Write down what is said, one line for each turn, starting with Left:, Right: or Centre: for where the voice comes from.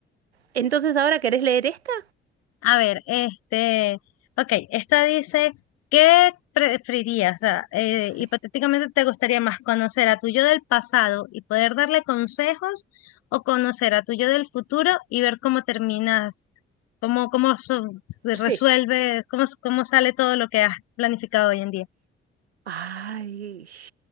Right: Entonces, ¿ahora querés leer esta?
Left: A ver, este, ok, esta dice, ¿qué preferirías? O sea, eh, hipotéticamente
Right: Sí.
Left: te gustaría más conocer a tu yo del pasado y poder darle consejos o conocer a tu yo del futuro y ver cómo terminas, cómo, cómo su- se
Right: Sí.
Left: resuelves, cómo, cómo sale todo lo que has planificado hoy en día.
Right: Ay,